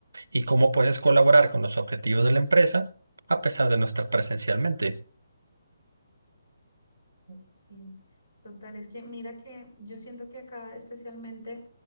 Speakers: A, on the right (about 85°); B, on the left (about 85°).
A: y cómo puedes colaborar con los objetivos de la empresa a pesar de no estar presencialmente.
B: Sí, total, es que mira que yo siento que acá especialmente